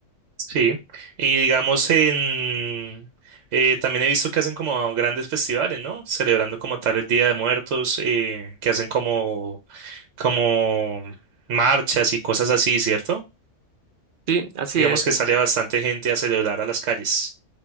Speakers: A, on the right; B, on the right.
A: sí. Y digamos, en... eh, también he visto que hacen como grandes festivales, ¿no? Celebrando como tal el Día de Muertos, eh, que hacen como, como marchas y cosas así, ¿cierto?
B: Sí, así
A: Digamos
B: es.
A: que sale bastante gente a celebrar a las calles.